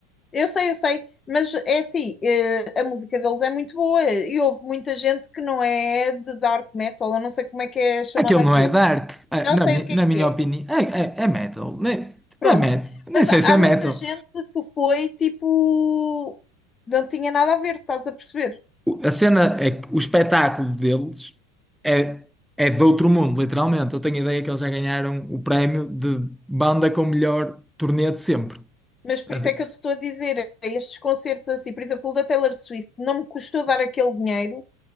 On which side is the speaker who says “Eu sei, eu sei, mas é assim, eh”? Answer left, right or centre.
Left